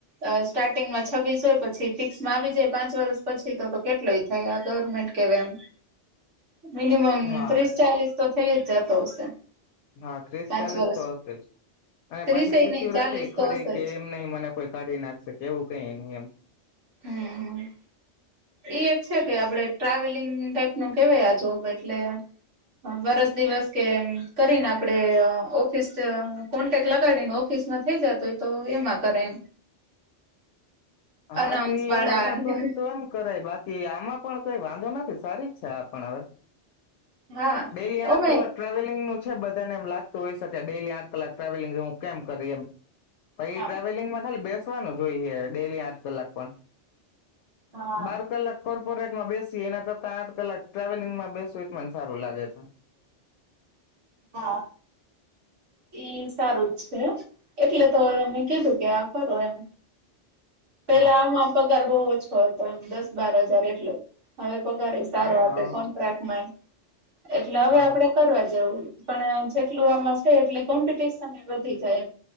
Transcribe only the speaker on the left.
હા
હા ત્રીસ
ચાલીસ
તો હશે જ અને
પછી સિકીયોરીટી
ખરી
કે
એમ ન મને કોઈ કાઢી નાખશે કે એવું કઈ નહી એમ.
હા
તી
એમાં થતું હોયે એમ કરાય બાકી આમાં પણ કઈ વાંધો નથી સારી જ છે આપણ હવે
ડેલી આઠ
કલાક ટ્રાવેલિંગ નુ છે બધાને એમ લાગતું હોય શકે ડેલી આઠ કલાક ટ્રાવેલિંગ હું કેમ કરી એમ. પઈ
એ ટ્રાવેલિંગ માં ખાલી બેસ- ન જોઈએ ડેલી આ કલાક પણ
બાર કલાક કોર્પોરેટમાં બેસી એના કરતા આઠ કલાક ટ્રાવેલિંગમાં બેસું એ મને સારું લાગે છે.
હા
હે
હ
હ